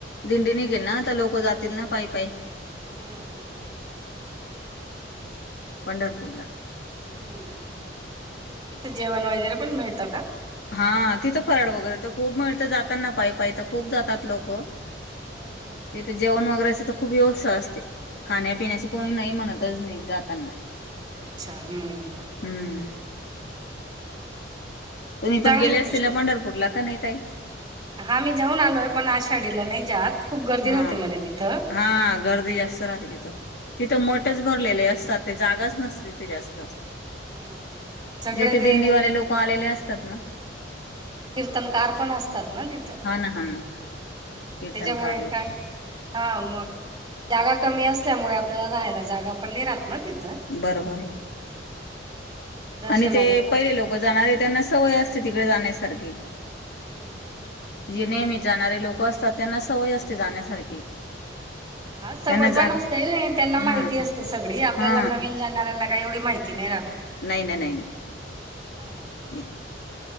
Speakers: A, on the left (about 60°); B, on the right (about 25°).
A: दिंडी नाही
B: हम्म
A: घेना तर लोकं जातील ना, पाय पाय
B: हम्म हम्म,
A: पंढरपूरला,
B: हम्म, तिथं जेवण वगैरे पण मिळतं का?
A: हा तिथं फराळ वगैरे तर खूप मिळत, जातातना पाय पाय तर खूप जातात लोक,
B: हम्म हम्म,
A: तथे जेवण वगैरेची तर खूप व्यवस्था असते, खाण्यापिण्याची
B: हम्म
A: कोणी नाही म्हणतच नाही जाताना,
B: अच्छा हम,
A: हम्म, तुम्ही पण
B: चांगली
A: गेले असतील
B: गोष्ट
A: ना,
B: आहे.
A: पंढरपूरला का नाही ताई,
B: हा मी जाऊन आलो आहे, पण आषाढीला नाही जात. खूप गर्दी
A: हा
B: राहते
A: हा,
B: म्हणे तिथं.
A: गर्दी अस, राहते तिथं तिथं
B: हम्म
A: मठच भरलेले असतात, ते जागाच नसते त जास्त,
B: हम्म सगळे
A: जेथे
B: ते
A: दिंडीवाले लोक आलेले असतात ना,
B: ह कीर्तनकार पण असतात ना तिथं,
A: हा ना हा ना कीर्तनकार
B: त्याच्यामुळे
A: लोक
B: काय, हा मग जागा कमी असल्यामुळे, आपल्याला राहायला जागा पण नाही राहत, म तिथं,
A: बरोबर आहे
B: दर्शनाला
A: आणि ते
B: खूप
A: पहिले
B: वेळ
A: लोक
B: लागतो.
A: जाणारे त्यांना सवय असते तिकडे जाण्यासारखी.
B: हम्म हम्
A: जे नेहमी जाणारे लोक असतात त्यांना सवय असते जाण्यासारखी
B: हा सवय
A: त्यांना
B: पण
A: जागा
B: असते त्यांना
A: हा
B: माहिती असते सगळी आपल्याला
A: हा
B: काही जाणाऱ्यांना काही एवढी माहिती नाही राहत.
A: नाही, नाही, नाही ना
B: हम्म
A: ते